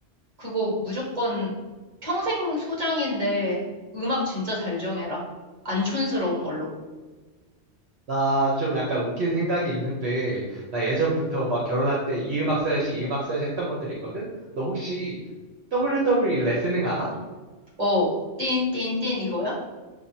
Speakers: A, on the right (about 35°); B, on the right (about 65°).
A: 그거 무조건 평생 소장인데 음악 진짜 잘 정해라. 안 촌스러운 걸로.
B: 나 좀 약간 웃긴 생각이 있는데, 나 예전부터 막 결혼할 때 이 음악 써야지, 이 음악 써야지 했던 것들이 있거든? 너 혹시 WWE 레슬링 알아?
A: 어, 띵, 띵, 띵 이거야?